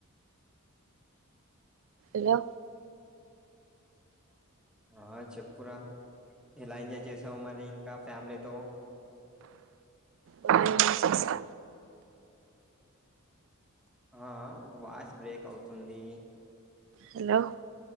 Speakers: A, on the right; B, in the centre.
A: హలో
B: ఆ చెప్పురా ఎలా ఎంజాయ్ చేసావు మరి ఇంకా ఫ్యామిలీతో
A: బాగా ఎంజాయ్ చేశా
B: ఆ ఆ వాయిస్ బ్రేక్ అవుతుంది
A: హలో